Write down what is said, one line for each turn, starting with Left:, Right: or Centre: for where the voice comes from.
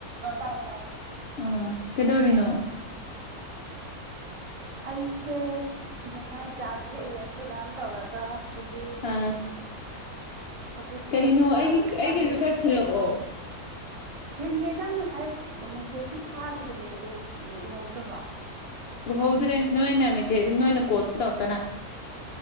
Right: ꯑꯥ ꯇꯥꯔꯦ ꯇꯥꯔꯦ
Left: ꯑꯝ ꯀꯩꯗꯧꯔꯤꯅꯣ
Right: ꯑꯩꯁꯦ ꯉꯁꯥꯏ ꯖꯥꯝ ꯍꯦꯛꯎꯔꯦ ꯑꯩꯈꯣꯏ ꯃꯌꯥꯝ ꯇꯧꯔꯒ ꯍꯧꯖꯤꯛ
Left: ꯑꯥ
Right: ꯍꯧꯖꯤꯛꯁꯦ
Left: ꯀꯔꯤꯅꯣ
Right: ꯑꯗꯨꯝ
Left: ꯑꯩꯒꯤ
Right: ꯖꯥꯝꯗꯣ ꯆꯥꯅꯤꯡ
Left: ꯑꯩꯒꯤꯁꯨ ꯈꯔ ꯊꯤꯜꯂꯛꯑꯣ
Right: ꯊꯤꯟꯒꯦ ꯅꯪ ꯉꯁꯥꯏ ꯃꯦꯁꯦꯁꯇꯤ ꯊꯥꯒꯤꯕꯅꯦ ꯑꯗꯣ ꯎꯍꯧꯗ꯭ꯔꯕꯣ
Left: ꯎꯍꯧꯗ꯭ꯔꯦ ꯅꯣꯏꯅ ꯃꯦꯁꯦ ꯅꯣꯏꯅ ꯀꯣꯜꯗꯤ ꯇꯧꯔꯛꯇꯅ